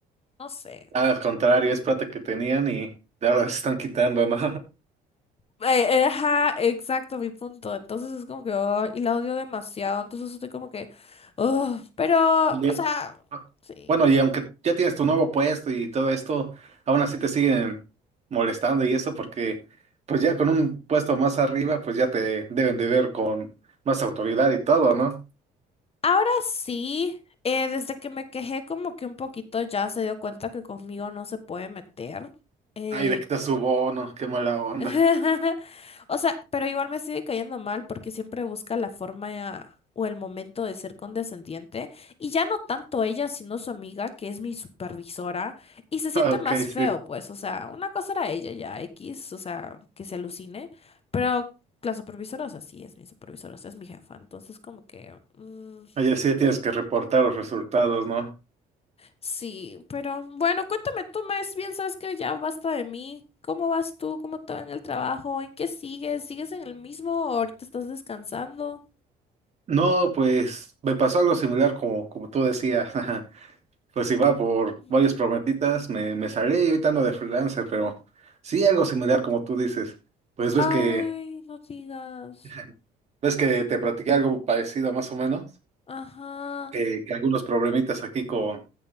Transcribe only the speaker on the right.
al contrario, es plata que tenían y ahora se están quitando, ¿no?
Y,
eh,
bueno, y aunque ya tienes tu nuevo puesto y todo esto, aún así te siguen molestando y eso porque pues ya con un puesto más arriba pues ya te deben de ver con más autoridad y todo, ¿no?
Ay, de quitar su bono, qué mala onda.
<laughs>
Ah, Ok,
sí.
Ayer sí tienes que reportar los resultados, ¿no?
No, pues me pasó algo similar como, como tú decías. <laughs> Pues iba por
varios prometitas, me, me salí y ahorita ando de freelancer, pero sí algo similar como tú dices. Pues ves
que,
<laughs> ves que te platiqué algo parecido más o menos,
que, que algunos problemitas aquí con,